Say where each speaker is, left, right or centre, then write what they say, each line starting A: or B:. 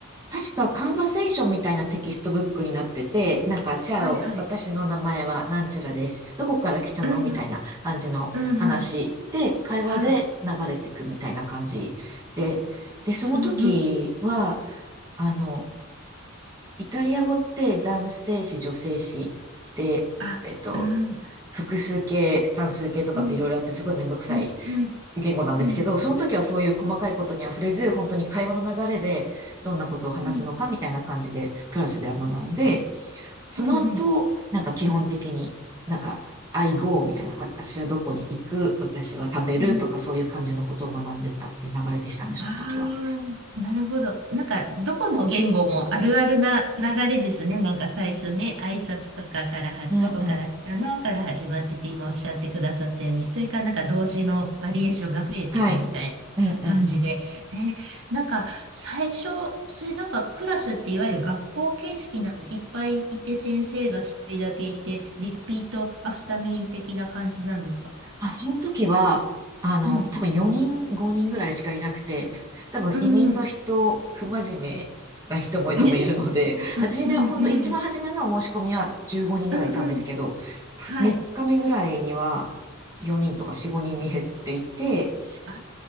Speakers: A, on the right; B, on the right.
A: 確か、カンバセーションみたいなテキストブックになってて、なんか、チャオ、
B: はいはい。
A: 私の名前はなんちゃらです。どこから来たのみたいな感じの話で、
B: うんうん、うんうん。
A: 会話で流れていくみたいな感じで、
B: はい。
A: で、その時は、
B: うんうん。
A: あの、イタリア語って男性詞、女性詞で、
B: あ、
A: えっと、
B: うん。
A: 複数形、単数形とかっていろいろあってすごいめんどくさい
B: うんうん、うん、
A: 言語なんですけど、
B: うん、
A: その時はそういう細かいことには触れず、本当に会話の流れでどんなことを話すのかみたいな感じでクラスでは学んで、
B: うん、
A: その後、
B: うん、うん。
A: なんか基本的になんか I go みたいな、私はどこに行く、私は食べるとかそういう感じのことを学んでったっていう流れでしたね、
B: うん
A: その時は。
B: ああ、なるほど。なんか、どこの言語もあるあるな流れですね。なんか最初ね、挨拶とかからは、
A: うんうん。
B: どこからかなから始まってて、今おっしゃってくださったように、それからなんか動詞のバリエーションが増えていくみたいな感じで。
A: はい。うんうん。
B: えーなんか、最初、それなんかクラスっていわゆる学校形式なんです。いっぱいいて先生が一人だけいて、リピートアフターミー的な感じなんですか
A: あ、その時は、あの、
B: うん
A: 多分4人、5人ぐらいしかいなくて、<laughs> 多分移民の人、
B: うんうん。
A: 不真面目な人も多分いるので、
B: <laughs> うんうんうん。
A: 初め、本当一番初めの申し込みは15人ぐらいいたんですけど、
B: うんうん。はい。
A: 3日目ぐらいには4人とか4、5人に減っていて、
B: あ